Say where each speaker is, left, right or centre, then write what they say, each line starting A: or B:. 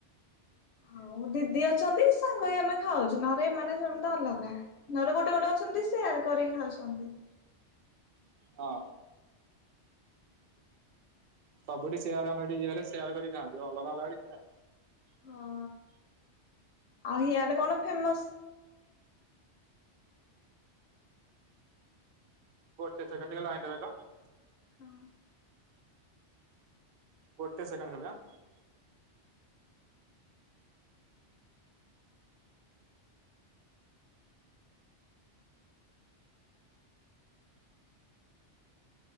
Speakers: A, on the left (about 70°); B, on the right (about 55°).
A: ହଉ ଦିଦି ଅଛନ୍ତି ସାଙ୍ଗହୋଇ ଆମେ ଖାଉଛୁ ନହେଲେ ଏମାନେ ସମସ୍ତେ ଅଲଗା। ନରେ ଗୋଟେ ଗୋଟେ ଅଛନ୍ତି ସେୟାର କରିକି ଖାଉଛନ୍ତି।
B: ହଁ। ସବୁଠି ସେୟାର ଆମେ ଏଠି ହେଲେ ସେୟାର୍ କରିିକି ଖାନ୍ତି ଅଲଗା ଅଲଗା କିଛି ନାହିଁ।
A: ହଁ, ଆଉ ହିଆଡେ କଣ ଫେମସ୍?
B: ଗୋଟେ ସେକେଣ୍ଡ ଟିକେ ଲାଇନ ରେ ରହିଲ!
A: ହଁ।
B: ଗୋଟେ ସେକଣ୍ଡ ଖାଲି ହାଁ।